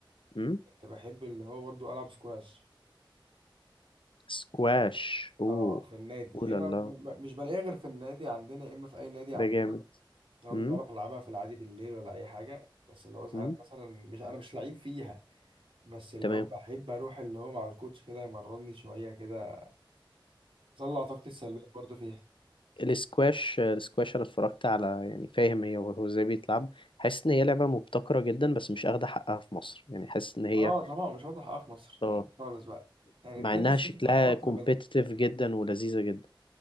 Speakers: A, on the left; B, on the right.
A: مم.
B: كنت بحب اللي هو برضو العب سكواش
A: سكواش اوه
B: اه في النادي
A: اوه
B: يا
A: لا
B: اما
A: لا
B: ب- ب- مش بلاقيها غير في النادي عندنا يا اما في اي نادي
A: ده
B: عامه
A: جامد
B: لو
A: مم.
B: مش بعرف العبها في العادي بالليل ولا اي حاجه بس اللي هو ساعات
A: مم.
B: مثلا مش انا مش لعيب فيها بس اللي
A: تمام
B: هو بحب اروح اللي هو مع الكوتش كده يمرني شويه كده اطلع طاقتي السلبيه برضو فيها
A: الاسكواش الاسكواش انا اتفرجت على يعني فاهم هي وهو ازاي بيتلعب حاسس ان هي لعبه مبتكره جدا بس مش اخده حقها في مصر يعني حاسس ان هي
B: اه طبعا مش واخد حقها في مصر
A: اه
B: يعني خالص بقى يعني
A: مع
B: التنس
A: انها شكلها
B: واخد حقه اكتر
A: كومبيتيتيف جدا ولذيذه جدا